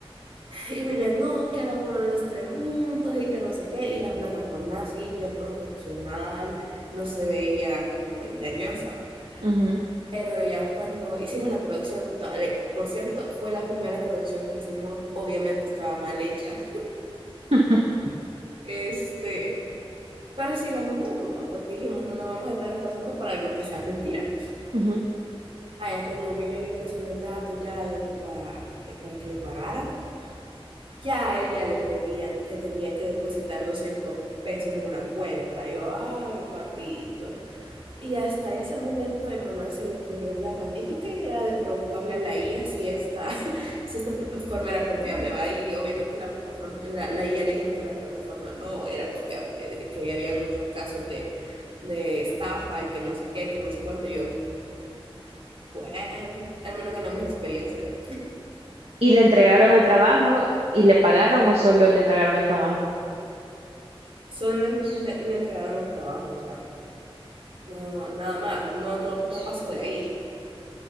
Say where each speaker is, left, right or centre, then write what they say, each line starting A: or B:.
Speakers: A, on the right; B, on the right.
A: Y William, no, que vamos a los tres juntos y que no sé qué. Y la plataforma así, bien profesional, no se veía como engañosa.
B: Ujú,
A: Pero ya cuando hicimos la traducción, to- le- por cierto, fue la primera traducción que hicimos, obviamente estaba mal hecha.
B: <laughs>
A: Este, pero así la mandamos, ¿va? Porque dijimos, no nos vamos a estar esforzando para algo que sea mentira.
B: ujú.
A: Vaya, cuando William ingresó los datos ya de que para, que para que le pagaran. Ya a ella le pedían que tenía que depositar 200 pesos en una cuenta. Y yo, ay, papito. Y hasta ese momento a Emanuel se le ocurrió la magnífica idea de preguntarle a la IA si esta, <laughs> si esta plataforma era confiable, ¿va? Y obviamente la plataforma, la, la IA le dijo que la plataforma no era confiable, de que había muchos casos de, de estafa y que no sé qué, que no sé cuánto. Y yo, bueno, al menos ganamos experiencia.
B: ¿Y le entregaron el trabajo y le pagaron o solo le entregaron el trabajo?
A: Solo le, le le entregaron el trabajo, o sea. No, nada más, no, no, no pasó de ahí.